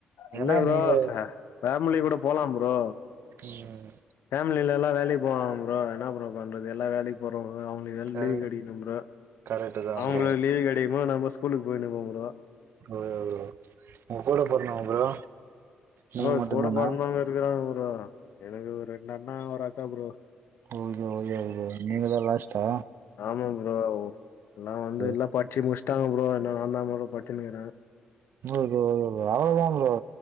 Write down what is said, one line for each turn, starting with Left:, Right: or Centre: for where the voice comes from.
Left: இல்ல
Right: ஏன்னா
Left: ப்ரோ
Right: நீங்க
Left: ச ஃபேம்லிக் கூட போலா ப்ரோ
Right: ம்
Left: ஃபேம்லில எல்லா வேலைக்கு போவாங்க ப்ரோ என்ன ப்ரோ பண்றது எல்லா வேலைக்கு போறவ்ங்க அவங்களுக்கெல்லா
Right: க
Left: லீவு கெடைக்கனு ப்ரோ
Right: கரெக்ட் தா
Left: அவங்களுக்கு
Right: ப்ரோ
Left: லீவு கெடைக்கும் போது நம்ம ஸ் ஸ்கூலுக்கு போயினு இருப்போ ப்ரோ
Right: ஓரே <unintelligible> உங்க கூட பொறந்தவ்ங்க ப்ரோ நீங்க
Left: ப்ரோ
Right: மட்டுந்தானா
Left: கூட பொறந்தவ்ங்க இருக்கிறாங்க ப்ரோ எனக்கு ஒரு ரெண்டு அண்ணா ஒரு அக்கா ப்ரோ
Right: ஓகே ஓகே ப்ரோ நீங்கதா லாஸ்ட்டா
Left: ஆமா ப்ரோ எல்லா வந்து
Right: ஓகே
Left: எல்லா படிச்சு முட்ச்சிட்டாங்க ப்ரோ என்ன நாந்தா மொத பட்ச்சினுக்கிறே
Right: சும்மா இரு ப்ரோ உனக்கு அவளதா ப்ரோ